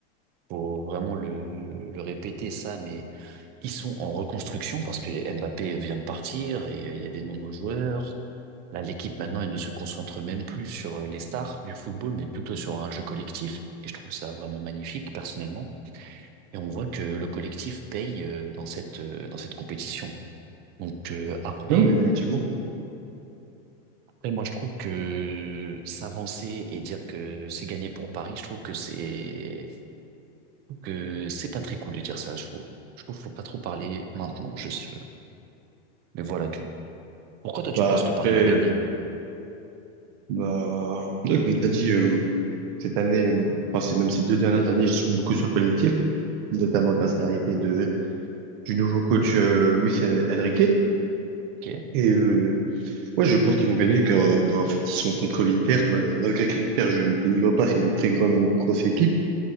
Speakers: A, on the right; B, on the right.
A: faut vraiment le, le répéter ça, mais ils sont en reconstruction parce que Mbappé vient de partir et euh, il y a des nouveaux joueurs. Là, l'équipe maintenant, elle ne se concentre même plus sur euh, les stars du football, mais plutôt sur un jeu collectif. Et je trouve ça vraiment magnifique, personnellement. Et on voit que le collectif paye euh, dans cette, euh, dans cette compétition. Donc euh, après.
B: Non, mais effectivement.
A: Après, moi, je trouve que s'avancer et dire que c'est gagné pour Paris, je trouve que c'est que c'est pas très cool de dire ça. Je trouve, je trouve qu'il faut pas trop parler maintenant. Je, je- mais voilà tout. Pourquoi toi tu
B: Bah,
A: penses
B: après,
A: que Paris va gagner?
B: bah, ouais, comme t'as dit, euh, cette année, euh, enfin, c'est même ces deux dernières années, je joue beaucoup sur le collectif, notamment grâce à l'arrivée de, du nouveau coach, euh, Luis Enrique.
A: Ok.
B: Et, euh, ouais, je pense qu'ils vont gagner car, euh, bah, en fait, ils sont contre l'Inter. Mal- Malgré que l'Inter, je dénigre pas, c'est une très grande, grosse équipe.